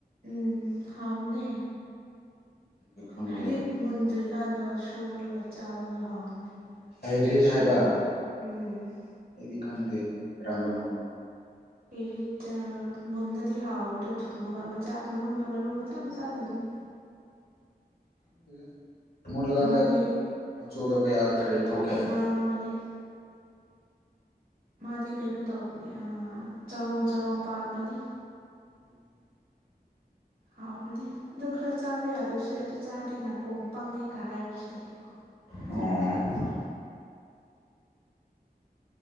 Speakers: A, on the right (about 60°); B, on the left (about 70°).
A: ꯎꯝ ꯍꯥꯎꯕꯅꯦ
B: ꯑꯩꯗꯤ ꯈꯪꯗꯦ
A: ꯍꯥꯔꯤꯠ ꯃꯨꯟꯗ꯭ꯔꯤꯀꯥꯟꯗꯣ ꯁꯨꯔꯒ ꯆꯥꯕꯗꯣ ꯍꯥꯎꯅꯤ
B: ꯍꯩꯔꯤꯠ
A: ꯁꯨ
B: ꯍꯥꯏꯕ
A: ꯎꯝ
B: ꯑꯩꯗꯤ ꯈꯪꯗꯦ ꯀꯥꯔꯝꯕꯅꯣ
A: ꯀꯔꯤꯁꯨ ꯆꯥ ꯃꯨꯜꯂꯗꯤ ꯍꯥꯎꯕꯗꯣ ꯊꯨꯝꯃꯒ ꯃꯆꯥ ꯃꯅꯨꯡꯗ ꯃꯔꯨ ꯃꯆꯥ ꯃꯆꯥ ꯂꯩꯕꯅꯤ
B: ꯈꯪꯗꯦ ꯃꯨꯂꯀꯥꯟꯗ
A: ꯃꯥꯗꯤ
B: ꯃꯆꯨꯗꯣ ꯀꯌꯥ ꯀꯔꯤ ꯊꯣꯛꯀꯦ
A: ꯉꯥꯡꯕꯅꯦ ꯃꯥꯗꯤ ꯀꯩꯅꯣ ꯇꯧꯕꯅꯦ ꯑꯥ ꯆꯔꯣꯡ ꯆꯔꯣꯡ ꯄꯥꯟꯕꯅꯦ
B: ꯎꯝ
A: ꯍꯥꯎꯕꯅꯦ ꯑꯗꯨ ꯈꯔ ꯆꯥꯕ ꯌꯥꯗꯕꯁꯨ ꯂꯩ ꯑꯗꯨ ꯆꯥꯔꯗꯤ ꯅꯥꯀꯣꯡ ꯄꯪꯉꯦꯒ ꯍꯥꯏꯕꯁꯨ ꯂꯩꯀꯣ
B: ꯑꯣ